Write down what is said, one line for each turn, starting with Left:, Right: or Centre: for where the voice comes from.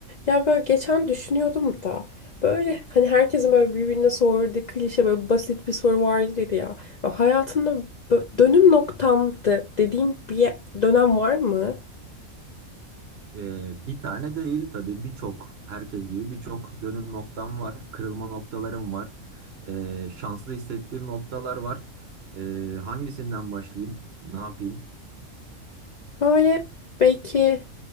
Left: Ya böyle geçen düşünüyordum da böyle hani herkesin böyle birbirine sorduğu klişe böyle basit bir soru vardır ya. Ya hayatında bö- dönüm noktamdı dediğim bir ye- dönem var mı?
Right: Ee, bir tane değil tabii birçok herkes gibi birçok dönüm noktam var. Kırılma noktalarım var. Ee, şanslı hissettiğim noktalar var. Ee, hangisinden başlayayım? Ne yapayım?
Left: Böyle belki